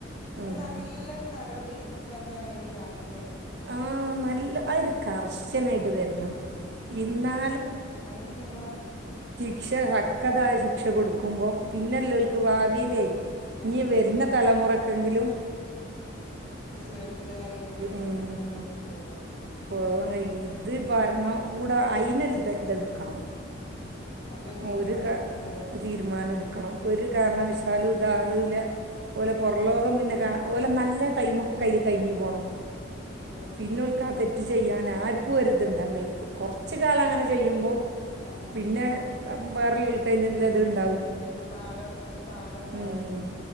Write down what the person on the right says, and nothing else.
ഉം
ആ നല്ല അത് <unintelligible> കർശന വരണം
ഈ ഇന്നാ
ക്ഷ ഹക്കതായ ശിക്ഷ കൊടു കുമ്പം
പിന്നെല്ലെ ലോലിക്ക് വിലെ ഇനി
വരുന്ന തലമുറ എങ്കിലും
ഉം
പോവാൻ കഴി ഭരണംകൂടം ആയി ഇന്ന് ഇത് എടുക്കണം
ഒരു കാ
തീരുമാനം എടുക്കണം ഒരു കാരണവശാലും കാണൂല്ല ഓരെ പുറം ലോകം പിന്നെ കാ ഓരെ നല്ല ടൈമൊക്കെ അതിൽ കഴിഞ്ഞു പോണം
പിന്നെ ഓര്ക്ക് ആ തെ ചെയ്യാനാർക്കും ഒരു ഇത് ഇണ്ടാവരുത് കൊറച്ച് കാലം അങ്ങനെ ചെയ്യുമ്പോ
പിന്നെ <unintelligible> <inaudible>
ഉം.